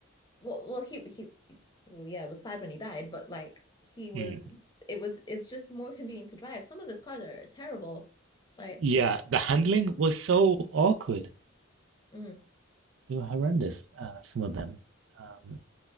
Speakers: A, on the left; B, on the right.
A: well, well, he he, well, yeah, it was sad when he died, but like he was,
B: Mm.
A: it was, it's just more convenient to drive. Some of his cars are terrible. Like,
B: Yeah, the handling was so awkward.
A: mm,
B: They were horrendous, uh, some of them. Um,